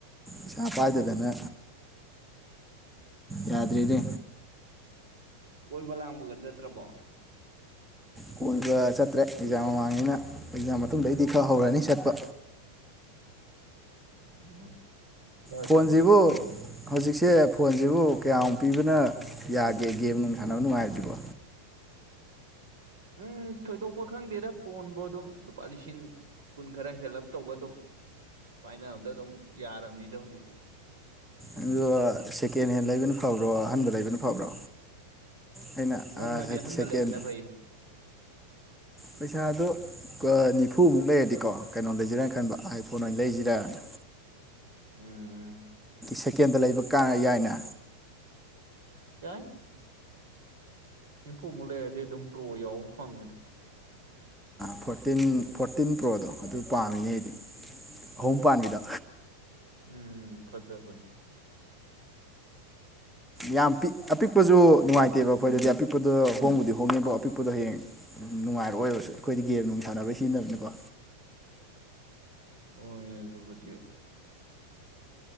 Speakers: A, in the centre; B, on the right (about 55°).
A: ꯏꯁꯩꯥ ꯄꯥꯏꯗꯗꯅ ꯌꯥꯗꯔꯤꯗꯦ
B: ꯀꯕ ꯂꯥꯡꯕꯒ ꯆꯠꯇ꯭ꯔꯕꯣ
A: ꯀꯣꯏꯕ ꯆꯠꯇ꯭ꯔꯦ ꯑꯦꯛꯖꯥꯝ ꯃꯃꯥꯡꯉꯅ ꯑꯦꯛꯖꯥꯝ ꯃꯇꯨꯡꯗꯒꯤꯗꯤ ꯈꯔ ꯍꯧꯔꯅꯤ ꯆꯠꯄ
B: ꯎꯝ ꯍꯣꯏ
A: ꯐꯣꯟꯁꯤꯕꯨ
B: ꯆꯠꯄꯁꯨ ꯐꯩꯅꯤ
A: ꯍꯧꯖꯤꯛꯁꯦ ꯐꯣꯟꯁꯤꯕꯨ ꯀꯌꯥꯃꯨꯛ ꯄꯤꯕꯅ ꯌꯥꯒꯦ ꯒꯦꯝ ꯅꯨꯡ ꯁꯥꯟꯅꯕ ꯅꯨꯡꯉꯥꯏꯔ꯭ꯔꯤꯕꯣ
B: ꯎꯝ ꯊꯣꯏꯗꯣꯛꯄ ꯈꯪꯗꯦꯗ ꯐꯣꯟꯕꯨ ꯑꯗꯨꯝ ꯂꯨꯄꯥ ꯂꯤꯁꯤꯡ ꯀꯨꯟ ꯈꯔ ꯍꯦꯜꯂꯞ ꯇꯧꯕ ꯑꯗꯨꯝ ꯄꯥꯏꯅꯕꯗ ꯑꯗꯨꯝ ꯌꯥꯔꯕꯅꯤꯗ ꯍꯧꯖꯤꯛꯇꯤ
A: ꯑꯗꯨ ꯁꯦꯀꯦꯟ ꯍꯦꯟ ꯂꯩꯕꯅ ꯐꯕ꯭ꯔꯣ ꯑꯍꯟꯕ ꯂꯩꯕꯅ ꯐꯕ꯭ꯔꯣ ꯑꯩꯅ
B: ꯅꯣꯡꯃꯗꯤ
A: ꯑꯥ ꯁꯦ-
B: ꯑꯍꯟꯕ
A: ꯁꯦꯀꯦꯟ
B: ꯂꯩꯕꯅ ꯐꯩ
A: ꯄꯩꯁꯥꯗꯣ ꯅꯤꯐꯨꯃꯨꯛ ꯂꯩꯔꯗꯤꯀꯣ ꯀꯩꯅꯣ ꯂꯩꯁꯤꯔꯥꯅ ꯈꯟꯕ ꯑꯥꯏꯐꯣꯟ ꯑꯣꯏꯅ ꯂꯩꯁꯤꯔꯅ
B: ꯎꯝ ꯎꯝ
A: ꯁꯦꯀꯦꯟꯗ ꯂꯩꯕ ꯀꯥ ꯌꯥꯏꯅ
B: <unintelligible> ꯅꯤꯝꯐꯨꯃꯨꯛ ꯂꯩꯔꯗꯤ ꯑꯗꯨꯝ ꯄ꯭ꯔꯣ ꯌꯥꯎꯕ ꯐꯪꯉꯦꯗ
A: ꯐꯣꯔꯇꯤꯟ ꯐꯣꯔꯇꯤꯟ ꯄ꯭ꯔꯣꯗꯣ ꯑꯗꯨ ꯄꯥꯝꯃꯤꯅꯦ ꯑꯩꯗꯤ ꯑꯍꯨꯝ ꯄꯥꯟꯕꯥꯟꯕꯤꯗ
B: ꯎꯝ ꯐꯖꯖꯕꯅꯤ
A: ꯌꯥꯝ ꯑꯄꯤꯛꯄꯁꯨ ꯅꯨꯡꯉꯥꯏꯇꯦꯕ ꯑꯩꯈꯣꯏꯗꯗꯤ ꯑꯄꯤ ꯑꯄꯤꯛꯄꯗ ꯍꯣꯡꯕꯨꯗꯤ ꯍꯣꯡꯉꯦꯕꯣ ꯑꯄꯤꯛꯄꯗ ꯍꯌꯦꯡ ꯅꯨꯡꯉꯥꯏꯔꯛꯑꯣ ꯑꯣꯏꯕꯁꯨ ꯑꯩꯈꯣꯏꯗꯤ ꯒꯦꯝ ꯅꯨꯡ ꯊꯥꯅꯕꯩ ꯁꯤꯖꯤꯟꯅꯕꯅꯤꯀꯣ
B: ꯑꯣꯏꯌꯦ ꯑꯗꯨꯕꯨꯗꯤ